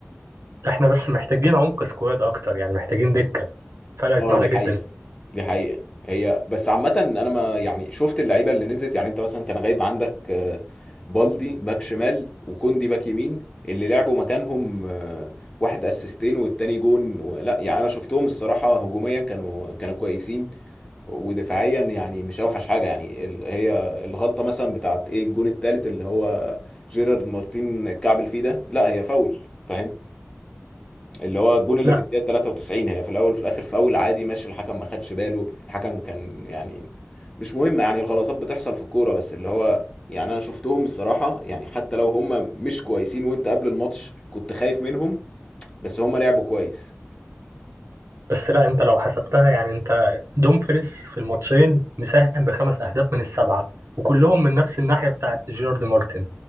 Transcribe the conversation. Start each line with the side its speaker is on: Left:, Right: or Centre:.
Right: احنا بس محتاجين عمق سكواد اكتر يعني محتاجين دكة فرقت
Left: أه
Right: معانا
Left: دي
Right: جدا
Left: حقيقة دي حقيقة هي بس عامة انا ما يعني شفت اللعيبة اللي نزلت يعني انت مثلا كان غايب عندك آه، بالدي باك شمال وكوندي باك يمين اللي لعبوا مكانهم آه، واحد اسيستين والتاني جون و- لا يعني انا شفتهم الصراحة هجوميا كانوا كانوا كويسين ودفاعيا يعني مش اوحش حاجة يعني ال- هي الغلطة مثلا بتاعت ايه الجون التالت اللي هو جيرارد مارتين كعبل فيه ده لا هي فاول فاهم اللي هو الجون اللي
Right: لا
Left: في الدقيقة 93 هي في الأول وفي الآخر فاول عادي ماشي الحكم ما خدش باله الحكم كان يعني مش مهم يعني الغلطات بتحصل في الكورة بس اللي هو يعني أنا شفتهم الصراحة يعني حتى لو هم مش كويسين وأنت قبل الماتش كنت خايف منهم بس هم لعبوا كويس
Right: بس لا انت لو حسبتها يعني انت دومفريس في الماتشين مساهم بخمس اهداف من السبعه وكلهم من نفس الناحيه بتاعت جيرارد مارتن